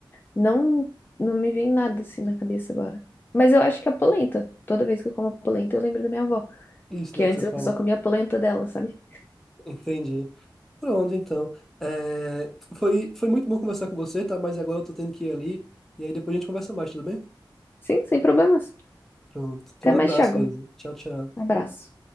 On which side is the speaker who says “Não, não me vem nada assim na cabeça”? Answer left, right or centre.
Left